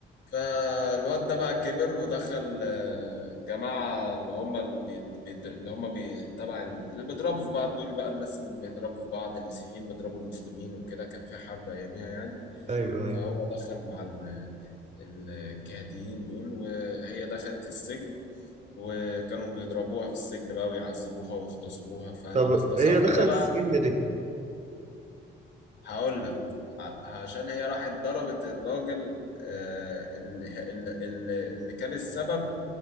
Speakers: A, on the left; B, on the right.
A: فالواد ده بقى كبر ودخل آه، جماعة اللي هم اللي, بي... بيد- اللي هم بي... تبع ال- اللي بيضربوا في بعض دول بقى الناس اللي بيضربوا في بعض المسيحيين بيضربوا المسلمين وكده كان في حرب أياميها يعني
B: ايوه ايوه
A: فهو دخل مع ال... الجهاديين دول وهي دخلت السجن وكانوا بيضربوها في السجن بقى ويعذبوها ويغتصبوها فالاغتصاب
B: طب هي دخلت
A: ده بقى
B: السجن ليه؟
A: هقول لك ع- عشان هي راحت ضربت الراجل آه، اللي اللي- اللي كان السبب